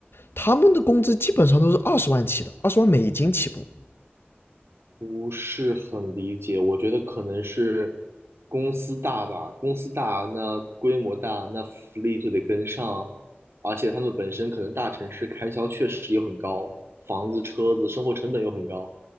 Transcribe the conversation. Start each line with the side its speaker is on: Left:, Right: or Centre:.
Left: 他们的工资基本上都是二十万起的，二十万美金起步。
Right: 不是很理解，我觉得可能是公司大吧，公司大，那规模大，那福利就得跟上，而且他们本身可能大城市开销确实也很高，房子、车子、生活成本又很高，